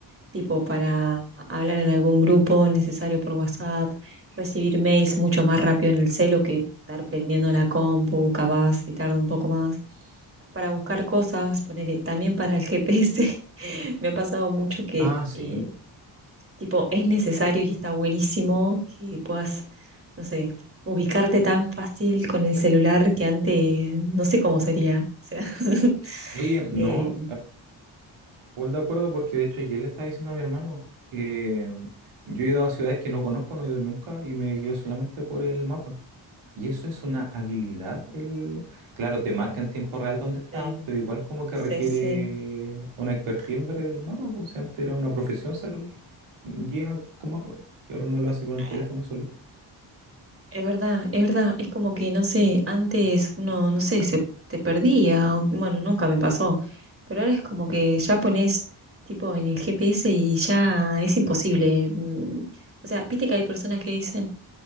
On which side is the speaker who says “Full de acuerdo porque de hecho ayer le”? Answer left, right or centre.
Right